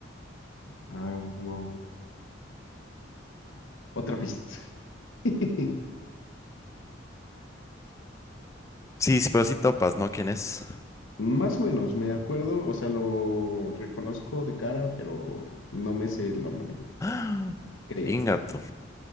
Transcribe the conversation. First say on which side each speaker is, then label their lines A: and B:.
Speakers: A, on the left; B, on the left.
A: ah, no. otra pista. <laughs>
B: Sí, sí, pero sí topas, ¿no? ¿Quién es?
A: Más o menos, me acuerdo, o sea, lo reconozco de cara, pero no me sé el nombre,
B: <gasps> ¡Ah!
A: creo.
B: Ingato.